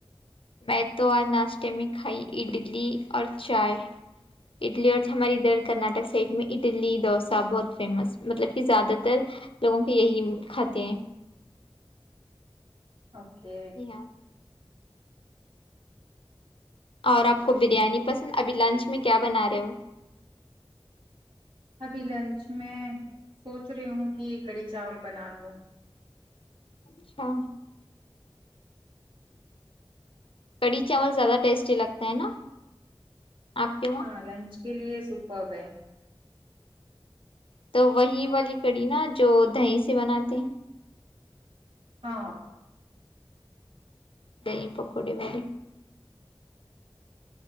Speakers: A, on the left; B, on the right.
A: میں تو آج ناسٹمک کھائی اڈلی اور چائے اڈلی اور ہمارے ادھر کرناٹک سائڈ میں اڈلی ڈوسا بہت فیمس مطلب کہ زیادہ تر لوگوں کو یہی کھاتے ہیں
B: اوکے
A: یہاں اور آپ کو بریانی پسند ابھی لنچ میں کیا بنا رہے ہو
B: ابھی لنچ میں سوچ رہی ہوں کہ کڑی چاول بنا لو
A: اچھا کڑھی چاول زیادہ ٹیسٹی لگتے ہیں نا آپ کے وہاں
B: ہاں لنچ <unintelligible> کے لیے سوپب ہے
A: تو وہی والی کڑی نا جو دی سے بناتے
B: ہاں
A: د پک کوڑی وال